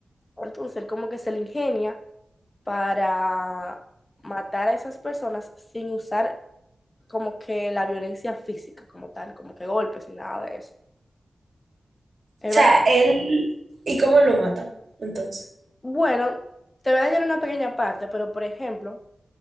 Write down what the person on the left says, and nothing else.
Entonces, él como que se le ingenia para matar a esas personas sin usar como que la violencia física como tal, como que golpes y nada de eso. Es
Bueno, te voy a dañar una pequeña parte, pero por ejemplo,